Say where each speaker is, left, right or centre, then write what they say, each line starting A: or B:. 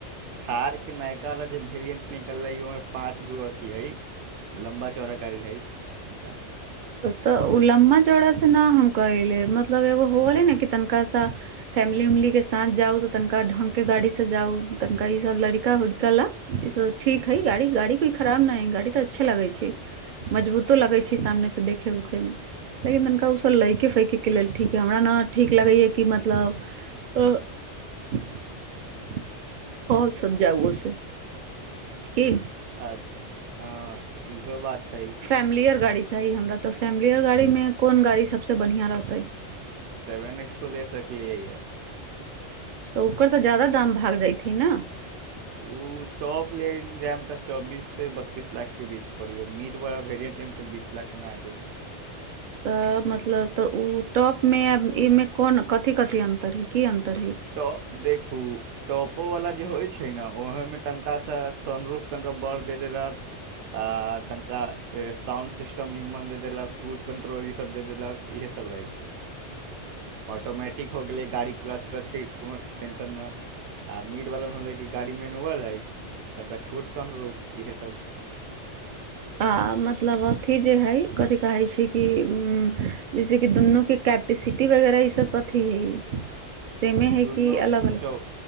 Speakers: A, on the right; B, on the right.
A: थारके नयकालला जे वेरियन्ट निकललै ओहिमे पाँच गो अथि हइ लम्बा चौड़ा गाड़ी हइ हुनका
B: तऽ ओ लम्बा चौड़ा से न हम कहैले मतलब एगो होलै न कि तनिका सा फैमिली उमली के साथ जाउ तनिका ढ़ग के गाड़ीसँ जाउ तनिका ईसभ लड़का उड़िका ला ई सब ठीक है गाड़ी गाड़ी कोइ खराब न है गाड़ी त अच्छा लगै छै मजबूतो लगै छै सामने स देखै उखैमे लेकिन तनिका ओसभ लैकेए फैकयके लेल ठीक यए हमरा ने ठीक लगैए कि मतलब आ <unintelligible> ओ सब जाउ से की
A: अच्छा इहो बात छै
B: फैमिलीयर गाड़ी चाही हमरा त फैमिलीयर गाड़ी मे कोन गाड़ी सब से बढ़िया रहतेै
A: सेवेन एक्सो ले सकलियै यऽ
B: त ओकर त ज्यादा दाम भाग जाइथिन न
A: <inaudible> <inaudible> उ टॉप लेन जाय मे त चौबीस से बत्तीस लाख के बीच पड़ी य मिड वाला वेरियंट ले त बीस लाख मे आ जाइ
B: तऽ मतलब तऽ ओ टॉपमे एहिमे कोन कथी कथी अन्तर हइ की अन्तर हइ
A: टॉ देखू टॉपोवला जे होइ छै ने ओहोमे तनिकासँ सनरूप तनिका बड़ द देलक आतनका साउंड सिस्टम निमन द देलक क्रूज कन्ट्रोल ईसभ दे देलक इहे सब रहै छै ऑटोमैटिक हो गेलै गाड़ी क्लच व्लच की कोनो टेंशन ने आ मीटवलामे होलै कि गाड़ी मेनुअल हइ तनिका छोटसन रूप इहस
B: आ मतलब अथि जे है कथि कहे छै कि उ जैस कि दुन्नू के कैपेसिटी वगैरा ईस कथी हइ सेमे हइ
A: दुनू
B: कि अलग अलग
A: चौ